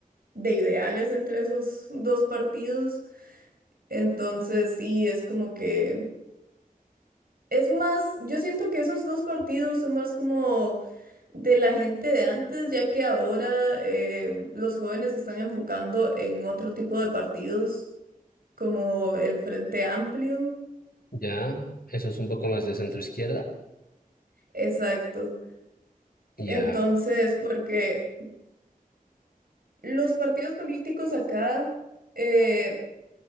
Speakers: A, on the right; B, on the left.
A: de ideales entre esos dos partidos. Entonces, sí, es como que es más, yo siento que esos dos partidos son más como de la gente de antes, ya que ahora em, los jóvenes se están enfocando en otro tipo de partidos, como el Frente Amplio.
B: Ya, eso es un poco más de centro izquierda.
A: Exacto.
B: Ya.
A: Entonces, porque los partidos políticos acá eh,